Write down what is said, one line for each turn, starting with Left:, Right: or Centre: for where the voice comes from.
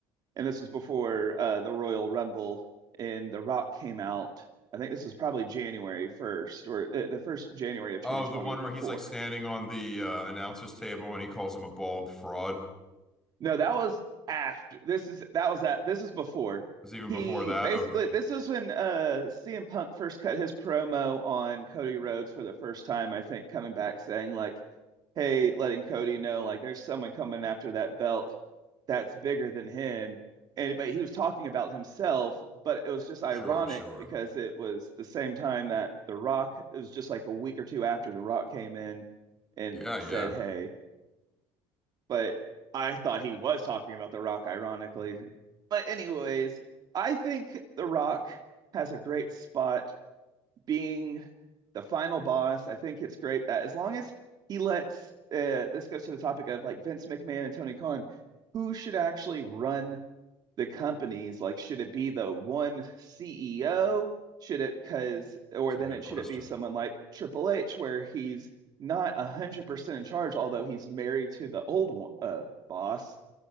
Right: and this was before uh, the Royal Rumble and The Rock came out. I think this was probably January 1st or uh, the first January of 2024.
Centre: Oh, the one where he's like standing on the uh, announcer's table and he calls him a bald fraud. It
Right: No, that was after. This is that was that. This is before.
Centre: was even
Right: He
Centre: before that.
Right: basically
Centre: Okay.
Right: this is when uh CM Punk first cut his promo on Cody Rhodes for the first time, I think, coming back saying like, "Hey, letting Cody know like there's someone coming after that belt that's bigger than him." And but he was talking about himself, but it was just ironic
Centre: Sure, sure.
Right: because it was the same time that The Rock, it was just like a week or two after The Rock came in and
Centre: Yeah,
Right: said,
Centre: yeah.
Right: "Hey, but I thought he was talking about The Rock, ironically. But, anyways, I think The Rock has a great spot being the final boss. I think it's great that as long as he lets, uh, this goes to the topic of like Vince McMahon and Tony Khan, who should actually run the companies like should it be the one CEO should it because or
Centre: It's
Right: then
Centre: a good
Right: it
Centre: question.
Right: should it be someone like Triple H where he's not 100% in charge although he's married to the old uh boss